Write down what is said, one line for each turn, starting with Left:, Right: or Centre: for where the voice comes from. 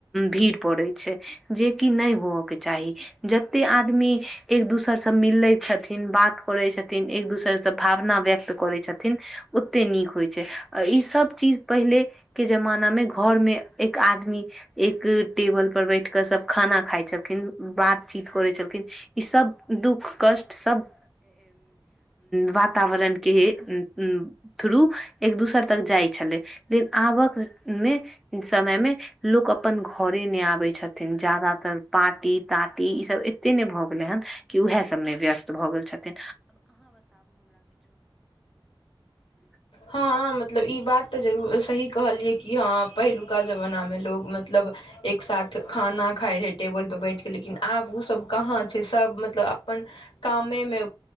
Centre: भीड़ पड़े छै जे कि नहि हो के चाही जते आदमी एक दोसरसँ मिलैत छथिन बात करै छथिन एक दोसर भावना व्यक्त करै छथिन ओते नीक होइ छै इ सब चीज पहिले के जमाना में घर में एक आदमी एक टेबल पर बैठ के सब खाना खाइ छलखिन बातचीत होय छलखिन ई सब दुःख कष्ट सब वातावरण के थ्रू एक दूसर तक जाइ छले लेकिन आबक मे समय मे लोकग अपन घरे नहि आबे छथिन ज्यादातर पाटी तीटी ई सब एते ने भऽ गेले हेन कि उएह सबमे व्यस्त भऽ गेल छै <inaudible>
Left: हँ मतलब ई बात तऽ जरूर सही कहलियै कि हँ पहिलुका जमानामे लोक मतलब एक साथ खाना खााय रहै टेबल पर बैठ के लेकिन आब ओ सब कहाँ छै सब मतलब अपन कामेमे